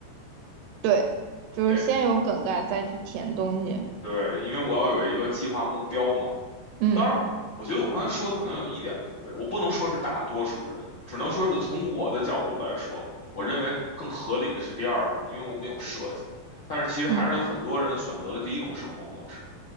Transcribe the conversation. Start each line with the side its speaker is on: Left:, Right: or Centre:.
Right: 对，就是先有梗概再去填东西。
Left: 对对，因为我要有一个计划目标嘛。
Right: 嗯
Left: 当然，我觉得我刚才说的可能有一点不对，我不能说是大多数人，只能说是从我的角度来说，我认为更合理的是第二种，因为我没有设计。但是其实还是有很多人选择了第一种生活模式。
Right: 嗯，